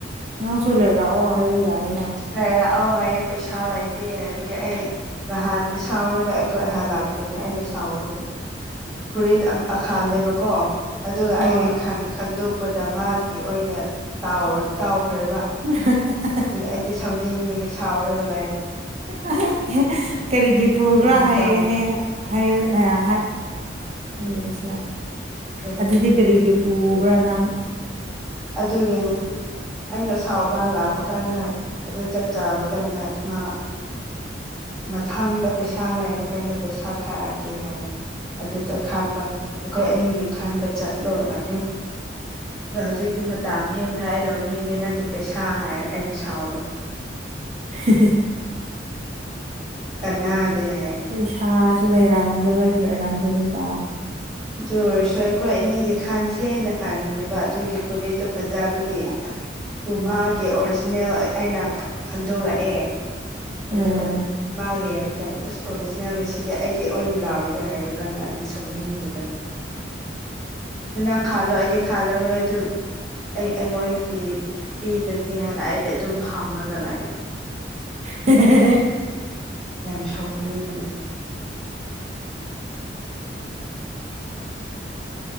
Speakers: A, on the right; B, in the centre.
A: ꯅꯪꯁꯨꯨ ꯂꯩꯔꯑꯣ ꯍꯥꯏꯕ ꯌꯥꯏꯅ
B: ꯂꯩꯔꯛꯑꯣ ꯍꯥꯏꯌꯦ ꯄꯩꯁꯥ ꯂꯩꯇꯦ ꯍꯥꯏꯕꯒꯤ ꯑꯩ ꯅꯍꯥꯟꯗꯤ ꯁꯥꯎꯔꯒ ꯑꯩꯈꯣꯏ ꯍꯜꯂꯥꯛꯄꯅꯦ ꯑꯩꯅ ꯁꯥꯎꯕꯒꯤ ꯐꯨꯔꯤꯠ ꯑꯈꯥꯜꯂꯦꯕꯀꯣ ꯑꯗꯨꯒ
A: ꯍꯣꯏ
B: ꯑꯩꯒꯤ ꯈꯟ ꯈꯟꯗꯨꯞ ꯄꯗ ꯃꯥꯒꯤ ꯑꯣꯏꯅ ꯇꯥꯎꯔ ꯇꯥꯎꯈ꯭ꯔꯦꯕ
A: ꯎꯝ ꯍ ꯍ ꯍ
B: ꯑꯗꯨꯒꯤ ꯑꯩꯗꯤ ꯁꯥꯎꯅꯤꯡꯕꯒꯤ ꯁꯥꯎꯔꯒ ꯂꯩ
A: ꯑꯥꯏꯒꯤ ꯀꯔꯤꯒꯤ ꯄꯨꯒ꯭ꯔꯥ
B: ꯑꯃꯨꯛ
A: ꯍꯥꯏꯌꯦ
B: ꯇꯧꯋꯦ
A: ꯍꯌꯦ ꯍꯥꯏꯌꯣ ꯑ ꯍꯥꯏ ꯀꯔꯤ ꯍꯥꯏꯁꯤꯔ
B: ꯀꯔꯤ
A: ꯑꯗꯨꯗꯤ ꯀꯔꯤꯒꯤ ꯄꯨꯕ꯭ꯔ ꯅꯪ
B: ꯑꯗꯨꯒꯤꯅꯤ ꯑꯩꯅ ꯁꯥꯎꯕ ꯍꯜꯂꯛꯄ ꯀꯥꯟꯗ ꯑꯗꯨ ꯆꯛ ꯆꯥꯕ ꯀꯥꯟꯗ ꯃꯥ ꯃꯊꯥꯡꯗ ꯄꯩꯁꯥ ꯂꯩꯏꯔꯤꯀꯥꯟꯗ ꯄꯩꯁꯥ ꯊꯥꯔꯛꯀꯦ ꯍꯥꯏ ꯑꯗꯨꯗ ꯈꯟꯕ ꯑꯩꯈꯣꯏ ꯑꯅꯤꯒꯤ ꯈꯟꯕ ꯆꯠꯂꯣꯅ ꯑꯩ ꯑꯗꯣ ꯍꯧꯖꯤꯛꯇꯤ ꯃꯇꯥꯝ ꯍꯦꯟꯈ꯭ꯔ ꯑꯩ ꯂꯧꯅꯤꯡꯗꯦ ꯅꯪꯒꯤ ꯄꯩꯁꯥ ꯍꯥꯏꯔ ꯑꯩꯅ ꯁꯥꯎꯔ
A: ꯍꯦꯍꯦꯍꯦ
B: ꯀꯟꯅꯥꯗꯦ ꯍꯥꯏ
A: ꯄꯩꯁꯥꯁꯨ ꯂꯩꯔꯝꯗꯕꯒꯤ ꯑꯣꯏꯔꯝꯒꯅꯤꯗ
B: ꯨꯗꯨ ꯑꯣꯏꯔꯁꯨ ꯑꯈꯣꯏ ꯑꯅꯤꯒꯤ ꯈꯥꯟꯁꯦꯅ ꯈꯟꯕꯥꯅꯦꯕ ꯑꯗꯨꯒꯤ ꯐꯨꯔꯤꯠꯇꯣ ꯐꯥꯖꯕꯒꯤ ꯄꯨꯃꯥꯒꯤ ꯑꯣꯔꯖꯤꯅꯦꯜ ꯑꯩ ꯑꯩꯅ ꯈꯟꯗꯣꯔꯛꯑꯦ
A: ꯎꯝ
B: ꯑꯗꯣ ꯃꯥ ꯌꯦꯡꯔꯤꯀꯟ ꯎꯁ ꯑꯣꯔꯖꯤꯅꯦꯜꯅꯤ ꯁꯤꯗꯤ ꯑꯩꯒꯤ ꯑꯣꯏꯅ ꯂꯥꯎꯔꯒꯦ ꯍꯥꯏꯔ ꯀꯥꯟꯗ ꯑꯩꯅ ꯁꯥꯎꯅꯤꯡꯕ ꯇꯥ ꯅꯪ ꯈꯥꯜꯂꯣ ꯑꯩꯗꯤ ꯈꯥꯜꯂꯔꯣꯏ ꯑꯗꯨ ꯑꯩ ꯑꯩꯉꯣꯟꯀꯤ ꯄꯤꯗ꯭ꯔꯗꯤ ꯍꯥꯏꯅ ꯑꯩꯗꯤ ꯑꯗꯨꯝ ꯐꯝꯔꯒ ꯂꯩꯑꯦ
A: ꯍꯦꯍꯦꯍꯦ
B: ꯌꯥꯝ ꯁꯥꯎꯅꯤꯡ